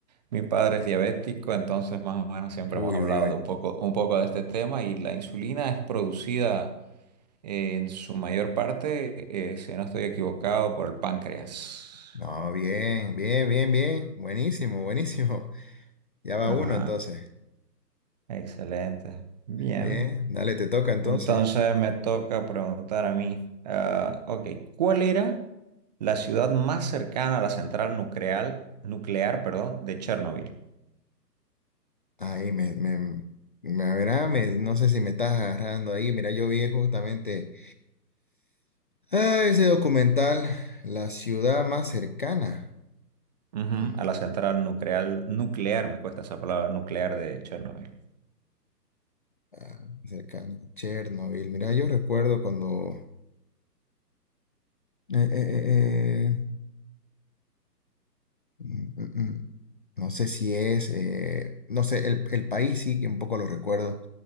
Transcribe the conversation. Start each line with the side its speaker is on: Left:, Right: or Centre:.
Right: mi padre es diabético, entonces más o menos siempre
Left: Uy,
Right: hemos hablado
Left: uy, uy.
Right: de un poco, un poco de este tema y la insulina es producida Eh, en su mayor parte, eh, si no estoy equivocado, por el páncreas.
Left: No, bien, bien, bien, bien. Buenísimo, buenísimo. <laughs> Ya va
Right: Ajá,
Left: uno entonces.
Right: excelente. Bien.
Left: Bien, dale, te toca entonces.
Right: Entonces me toca preguntar a mí, ah, ok, ¿cuál era la ciudad más cercana a la central nuclear, nuclear, perdón, de Chernobyl?
Left: Ahí me, me, me, a ver, ah, me- no sé si me estás agarrando ahí. Mira, yo vi justamente Ah, ese documental, la ciudad más cercana,
Right: Ujú,
Left: Ujú.
Right: a la central nuclear, nuclear, me cuesta esa palabra, nuclear de Chernobyl.
Left: Ah, cercana, a Chernobyl. Mira, yo recuerdo cuando, eh, eh, eh, eh, mm, mm, mm, no sé si es, eh, no sé, el, el país sí que un poco lo recuerdo.